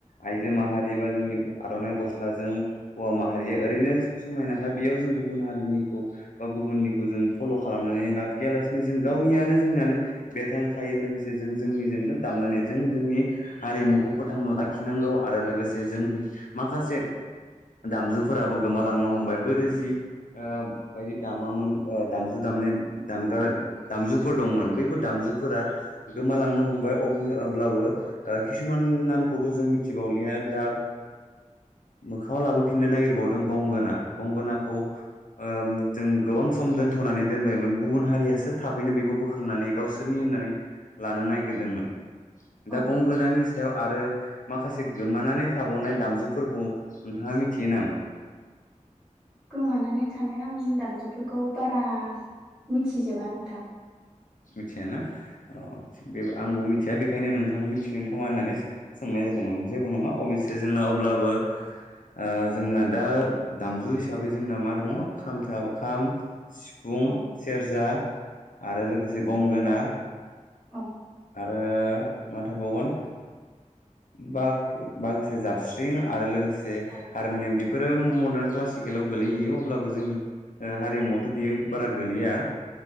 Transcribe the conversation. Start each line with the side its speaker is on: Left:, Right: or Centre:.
Left: आइजो माहारि बा जोंनि आर'नाइ गस्लाजों हौवा माहारिया ओरैनो समायना। हाद बेयाव जों गुबुन हारिनिखौ बा गुबुननिखौ जों फल' खालामनानै लाब गैयालासिनो जों गावनियानो जोंनियानो बेरखांखायो लोगोसे जों जोंनिजोंनो दामनानै जों जोंनि हारिमुखौ फोथांना लाखिनांगौ आरो लोगोसे जों माखासे दामजुफोराबो गोमालांनो हमबाय। गोदो जि आ
Centre: औ
Left: बायदि दामोमोन ओ दामजु दामनाय दामग्रा दामजुफोर दंमोन बैफोर दामजुफोरा गोमालांनो हमबाय अ अब्लाबो खिसुमान नामखौथ' जों मिथिबावलिया दा मोखाङाव लाबोफिननो नागिरबावदों गंगोना। गंगोना खौ
Centre: औ
Left: ओ जों गोबां सम दोन्थ'नानै दोनबायमोन गुबुन हारियासो
Centre: औ
Left: थाबैनो
Centre: औ।
Left: बेखौ बोखांनानै गावसोरनि होननानै लानो नागिरदोंमोन दा
Centre: औ
Left: गंगोनानि सायाव आरो माखासे गोमानानै थाबावनाय दामजुफोरखौ नोंथाङा मिथियो नामा
Centre: गोमानानै थानाय आं दामजुफोरखौ बारा मिथिजोबा नोंथां
Left: मिथियाना अ बे आंबो मिथि मिथिया बेखायनो नोंथांखौ मिथिगोन खोमा होननानै सोंनाय जादोंमोन जेबो नङा अबयसे जोंना अब्लाबो ओ जोंना दा दामजु हिसाबै जोंना मा दङ खाम खाम सिफुं
Centre: औ
Left: सेरजा आरो
Centre: औ
Left: लोगोसे खोना
Centre: औ
Left: आरो मा थाबावगोन ब माखासे जाबस्रिं आरो लोगोसे से
Centre: खावा
Left: हारमुनियाम बेफोरो मदार्न क्लासिकेलाव गोलैहयो अब्लाबो जोंनि हारिमुवावथ' बियो बारा गोलैया